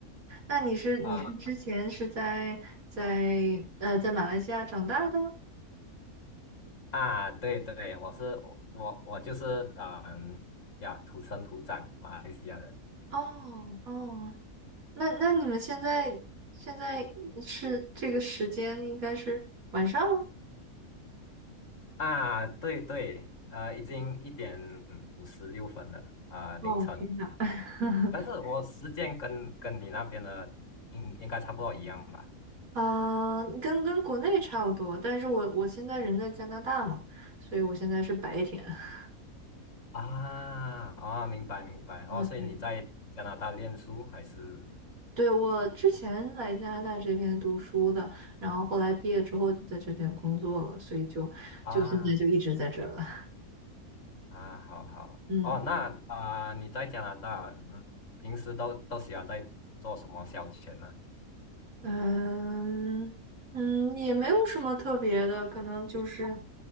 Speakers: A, on the right; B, on the left.
A: 那你是你是之前是在在呃在马来西亚长大的？
B: 啊啊，对对，我是我我就是嗯呀，土生土长马来西亚人。
A: 哦哦，那那你们现在现在是这个时间应该是晚上吗
B: 啊，对对，呃，已经一点五十六分了啊，凌晨。
A: 哦，天呐，<laughs>
B: 但是我时间跟跟你那边的应应该差不多一样吧？
A: 啊跟跟国内差不多，但是我我现在人在加拿大嘛，所以我现在是白天。<laughs>
B: 啊啊，明白明白。哦，
A: 啊，
B: 所以你在加拿大念书还是
A: 对。对，我之前来加拿大这边读书的，然后后来毕业之后就在这边工作了，所以就就现在就一直在这儿了。
B: 啊啊？好好哦，
A: <laughs> 嗯。
B: 那啊，你在加拿大，嗯，平时都都喜欢在做什么消遣呢？
A: 嗯嗯，也没有什么特别的，可能就是